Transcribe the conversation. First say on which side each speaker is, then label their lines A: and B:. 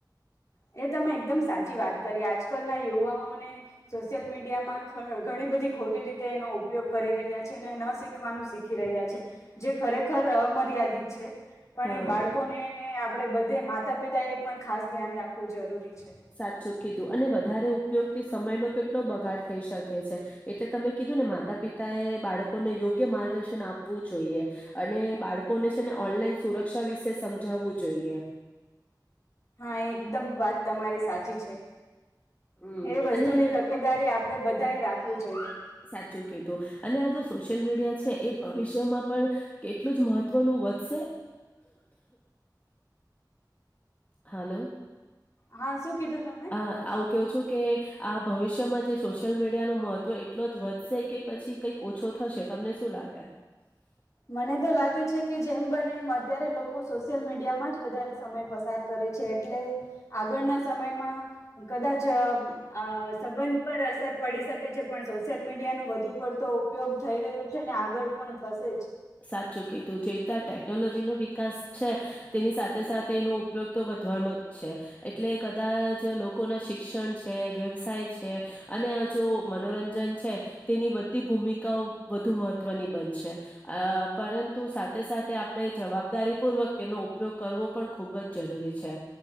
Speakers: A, on the left (about 45°); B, on the left (about 20°).
A: એ તમે એકદમ સાચી વાત. કરી આજકાલના યુવાઓને સોશિયલ મીડિયામાં ઘણી બધી ખોટી રીતે એનો ઉપયોગ ક રી રહ્યા છે ન શીખવાનું શીખી રહ્યા છે જે ખરેખર મર્યાદિત છે પણ
B: હા.
A: એ બાળકોને ને આપડે બધે માતા પિતા એ પણ ખાસ ધ્યાન રાખવું જરૂરી છે
B: સાચું. કીધું અને વધારે ઉપયોગથી સમયનો કેટલો બગાડ થઈ શકે છે એટલે તમે કીધું ને માતા પિત તાએ બાળકોને યોગ્ય માર્ગદર્શન આપવું જોઈએ અને બાળકોને છે ને ઓનલાઈન સુરક્ષા વિશે સમજાવવું જોઈએ.
A: હા, એકદમ વાત તમારી સાચી છે.
B: હમ
A: એ વસ્તુની
B: અને
A: તકેદારી આપડે બધા એ રાખવી જોઈએ.
B: સાચું કીધું અને આ જો સોશિયલ મીડિયા છે એ ભવિષ્યમાં પણ એટલું જ મહત્વનું. વધશે. હાલો
A: હા શું કીધું તમે
B: આવું કવું છું કે આપ. ભવિષ્યમાં જે સોશિયલ મીડિયાનું મહત્ત્વ એટલો જ વધશે કે પછી કંઈક ઓછો થશે તમને. શુ લાગે.
A: મને તો લાગે છે કે જેમ બને એમ અત્યારે લોકો સોશિયલ મીડિયામાં જ વધારે સમય પસાર કરે. એ છે એટલે આગળના સમયમાં. કદાચ અ સંબંધ પર અસર પડી શકે છે. પણ સોશિયલ મીડિયા નો વધુ પડતો ઉપયોગ થઈ રહ્યો છે ને આગળ પણ થશે જ.
B: સાચું કીધું જેવી રીતે આ ટેકનોલોજી નું. વિકાસ છે તેની સાથે સાથે એનો ઉપયોગ તો વધવાનો જ છે એટલે કદાચ. લોકો ના શિક્ષણ છે વ્યવસાય છે અને આ જો મનોરંજન છે તેની બધી. ભૂમિકાઓ વધુ મહત્વની બનશે આ. પરંતુ સાથે સાથે આપડે જવાબદારી પૂર્વક તેનો ઉપયોગ કરવો પણ ખૂબ જ જરૂરી છે.